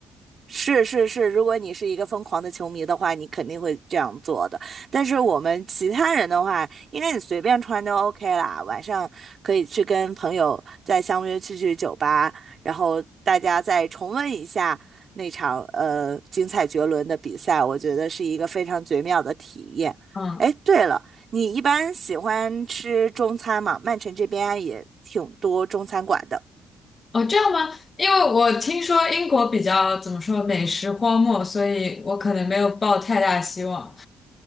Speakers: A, on the right; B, on the left.
A: 是是是，如果你是一个疯狂的球迷的话，你肯定会这样做的。但是我们其他人的话，应该你随便穿都 OK 啦。晚上可以去跟朋友再相约去去酒吧，然后大家再重温一下那场呃精彩绝伦的比赛，我觉得是一个非常绝妙的体验。
B: 嗯，
A: 哎，对了，你一般喜欢吃中餐吗？曼城这边也挺多中餐馆的。
B: 哦，这样吗？因为我听说英国比较怎么说美食荒漠，所以我可能没有抱太大希望。